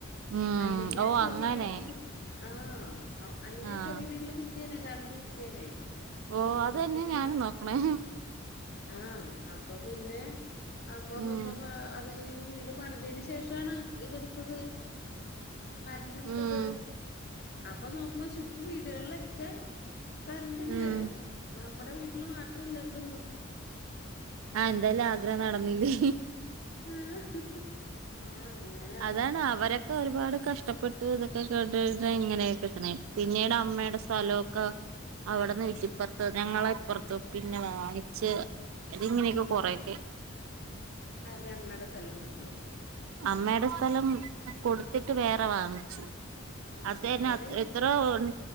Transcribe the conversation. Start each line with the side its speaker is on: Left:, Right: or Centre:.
Right: ഉം
Left: അല്ലെങ്കി
Right: ഓ
Left: ആ ചെറിയ
Right: അങ്ങനെ
Left: വീട്ട്ല് കി ആഹ് അ അല്ലെങ്കി
Right: ആഹ്
Left: ആ ചെറിയ വീട്ടില് കിട്ടിയേനെ കറണ്ട് കിട്ടിയേനെ
Right: ഓ
Left: അന്നിട്ട്
Right: അതന്നെ
Left: പി
Right: ഞാനും നോക്കണേ
Left: ആഹ് അപ്പം പിന്നെ അമ്മ
Right: ഉം
Left: പിന്നെ പ അത് കയ്ഞ്ഞ് വീട് പണ്തേന് ശേഷാണ് ഇതെട്ത്തത് കരണ്ട്ട്ത്തത്
Right: ഉം
Left: അപ്പൊ നോക്കുമ്പോ ചുറ്റും വീട്കൾലെക്കെ കര്ണ്ട്ണ്ട്
Right: ഉം
Left: നമ്മടെ വീട്ട്ല് മാത്രേ ഇല്ലാത്തൊള്ളു
Right: ആഹ് എന്തായാലും ആഗ്രഹം നടന്നില്ലേ
Left: ആഹ് ആഹ് അങ്ങെൻ
Right: അതാണ് അവരൊക്കെ ഒരുപാട് കഷ്ടപ്പെട്ട് തൊക്കെ കേ ഇങ്ങനെ കിട്ടണേ പിന്നീട് അമ്മേടെ സ്ഥലൊക്കാ അവിടെന്ന് വീട്ടിപ്പാെർത്ത് ഞങ്ങളെ ഇപ്പാെർത്ത് പിന്നെ വാങ്ങ്ച്ച് അതി ഇങ്ങനെയൊക്കെ കൊറേയൊക്കെ
Left: ആര്ടെ അമ്മേടെ സ്ഥലം വിറ്റോ
Right: അമ്മേടെ സ്ഥലം കൊട്ത്തിട്ട് വേറെ വാങ്ങിച്ച്
Left: ആഹ്
Right: അതേന്നെ
Left: ആഹ് എടെ
Right: ത്രാ വേഡ്